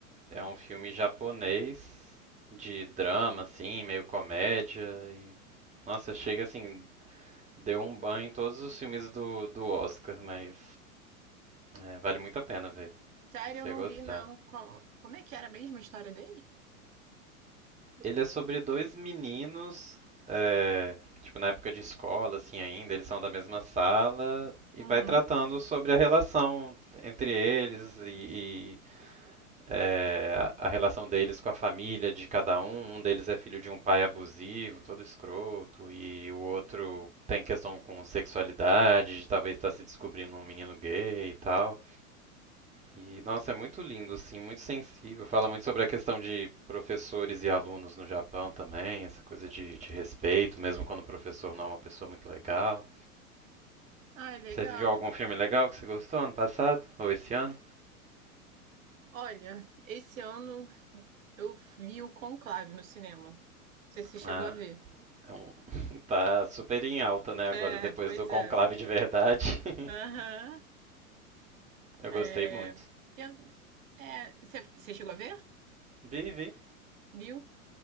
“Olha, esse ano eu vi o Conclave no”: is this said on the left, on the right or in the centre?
Right